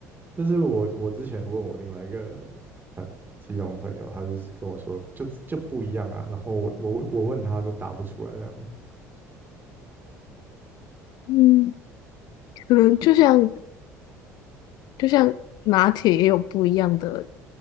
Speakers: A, on the right; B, on the left.
A: 但是我我之前问我另外一个基隆朋友，他就是跟我说就就不一样啊，然后我我我问他就答不出来这样子，
B: 嗯，可能就像就像拿铁也有不一样的